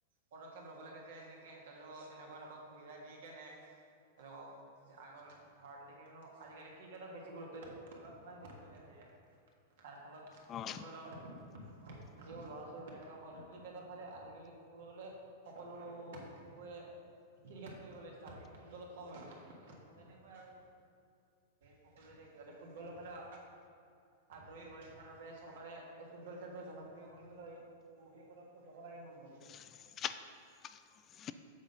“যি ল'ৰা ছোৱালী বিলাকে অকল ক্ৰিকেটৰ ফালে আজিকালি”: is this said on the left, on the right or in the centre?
Right